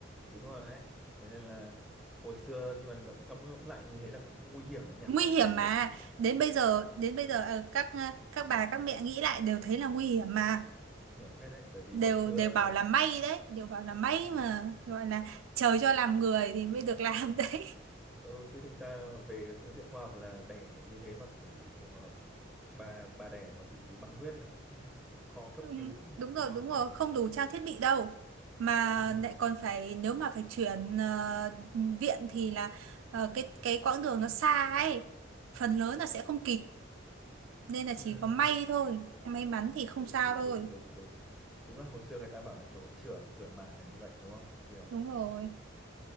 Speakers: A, in the centre; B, on the right.
A: đúng rồi đấy thế nên là hồi xưa nhưng mà ngẫm ngẫm ngẫm lại như thế là cũng nguy hiểm đấy nhỉ
B: nguy
A: tại
B: hiểm
A: vì
B: mà đến bây giờ đến bây giờ ờ, các à, các bà các mẹ nghĩ lại đều thấy là nguy hiểm mà
A: nguy hiểm phết đấy bởi vì
B: đều
A: hồi xưa
B: đều bảo là may đấy đều bảo là may
A: ừ
B: mà gọi là trời cho làm người thì mới được <laughs> làm đấy
A: ừ chứ thực ra về phương diện khoa học là đẻ như thế mà kiểu ờ, bà bà đẻ mà bị băng huyết là cũng cũng khó cấp
B: Ừm,
A: cứu đấy nhỉ
B: đúng
A: đúng
B: rồi
A: không
B: đúng rồi
A: kiểu
B: không đủ trang thiết bị đâu mà
A: ừ
B: lại còn phải nếu mà phải chuyển ờ, viện thì là ờ, cái cái quãng đường nó xa ấy phần lớn là sẽ không kịp nên là
A: ừ
B: chỉ có may thôi may mắn thì không
A: đúng
B: sao
A: đúng
B: thôi
A: đúng đúng đúng đúng là hồi xưa người ta bảo là kiểu chửa là cửa mà như vậy đúng không kiểu
B: đúng rồi